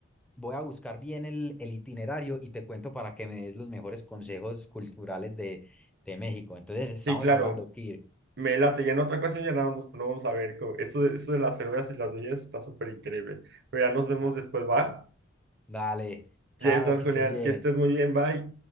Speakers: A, in the centre; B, on the right.
A: Voy a buscar bien el, el itinerario y te cuento para que me des los mejores consejos culturales de, de México. Entonces, estamos
B: Sí, claro,
A: hablando, Kir.
B: me late. Ya en otra ocasión ya nada más nos ponemos a ver. co- Esto de, esto de las cervezas y las bebidas está súper increíble. Pero ya nos vemos
A: Ah,
B: después, ¿va?
A: Dale, chao,
B: Ya estás,
A: que
B: Julián.
A: estés bien.
B: Que estés muy bien, bye.